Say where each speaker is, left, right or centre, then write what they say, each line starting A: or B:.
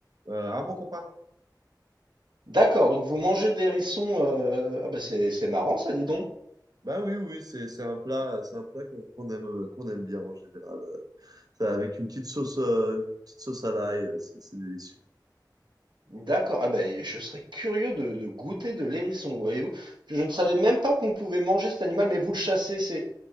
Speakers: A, on the right (about 55°); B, on the right (about 75°).
A: Euh, ah, mon copain.
B: D'accord. Donc vous mangez des hérissons. euh, Ah bah c'est c'est marrant, ça, dis donc.
A: Bah oui, oui, c'est c'est un plat, c'est un plat qu'on qu'on aime, euh, qu'on aime bien en général. Euh, Ça, avec une petite sauce, euh, une petite sauce à l'ail, euh, c'est c'est délicieux.
B: D'accord. Ah bah et je serais curieux de, de goûter de l'hérisson, voyez-vous. Je je ne savais même pas qu'on pouvait manger cet animal, mais vous le chassez, c'est